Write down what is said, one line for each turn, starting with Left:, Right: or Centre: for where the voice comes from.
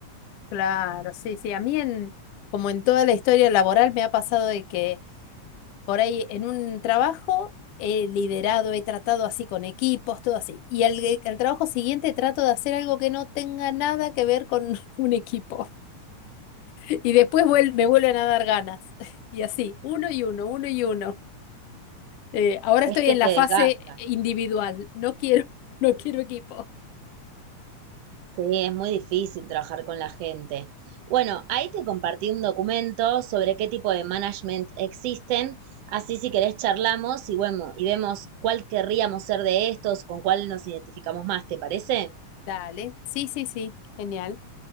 Left: Claro, sí, sí. A mí, en, como en toda la historia laboral, me ha pasado de que por ahí en un trabajo he liderado, he tratado así con equipos, todo así. Y al, al trabajo siguiente trato de hacer algo que no tenga nada que ver con <laughs> un equipo. Y después vuel- me vuelven a dar ganas. <laughs> Y así, uno y uno, uno y uno. Eh, ahora
Right: Es
Left: estoy
Right: que
Left: en
Right: te
Left: la fase
Right: desgasta.
Left: individual. No quiero, <laughs> no quiero equipo.
Right: Sí, es muy difícil trabajar con la gente. Bueno, ahí te compartí un documento sobre qué tipo de management existen. Así si querés charlamos y bueno, y vemos cuál querríamos ser de estos, con cuál nos identificamos más, ¿te parece?
Left: Dale. Sí, sí, sí. Genial,